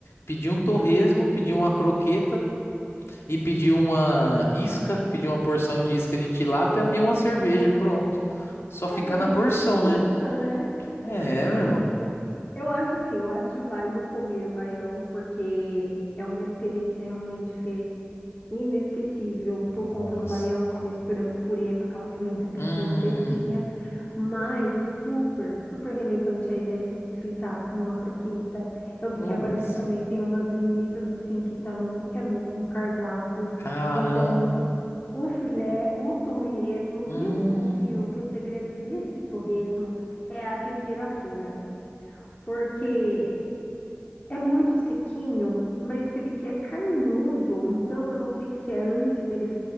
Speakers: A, on the left; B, on the left.
A: pedir um torresmo, pedir uma croqueta e pedir uma isca, pedir uma porção de isca de tilápia e uma cerveja, pronto. Só ficar
B: Ah, E aí
A: na
B: você
A: porção,
B: degusta,
A: né?
B: né?
A: É,
B: Tem,
A: meu.
B: eu acho assim, eu acho válido comer o baião, porque é uma experiência realmente, Fê. Inesquecível por
A: Nossa.
B: conta do baião, com a mistura do purê, com aquela pimenta biquinho
A: Hum.
B: fresquinha, mas super, super relevante a ideia de você sentar, comer uma croqueta. Eu
A: Putz.
B: vi que agora eles também têm umas linguiças assim que tá no, que é novo no cardápio.
A: Caramba.
B: Então, o filé, o torresmo,
A: Hum.
B: e eu desconfio que o segredo desse torresmo é a temperatura, porque é muito sequinho, mas você vê que é carnudo, então eu não sei se é antes eles,